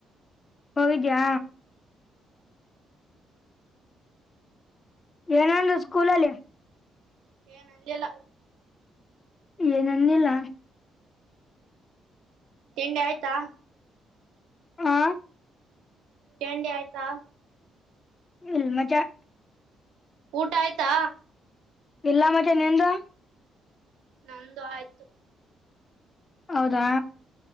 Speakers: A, on the left; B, on the right.
A: ಹೋಗಿದ್ಯಾ ಏನಂದರು ಸ್ಕೂಲಲ್ಲಿ
B: ಏನಂದಿಲ್ಲ
A: ಏನನ್ನಿಲ್ಲ
B: ತಿಂಡಿ ಆಯ್ತಾ
A: ಹಾ
B: ಚಂಡಿ ಆಯ್ತಾ
A: ಹ್ಮ ಮಜಾ
B: ಊಟ ಆಯ್ತಾ
A: ಇಲ್ಲ ಮತ್ತೆ ನಿಂದು
B: ನಂದು ಆಯ್ತು
A: ಹೌದಾ